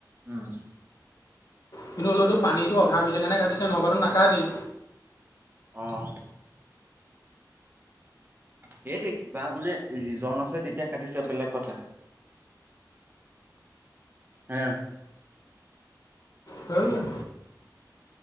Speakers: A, on the right; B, on the left.
A: উম।
B: কিন্তু হ'লেওতো পানীটো অভাৱ হৈছে কাৰণে কাটিছে নহপাটো নাকা দেই।
A: অহ। সেইটেই কিবা বোলে ৰিজন আছে তেতিয়া কাটিছে বেলেগ কথা। হা
B: সেইটোৱেই।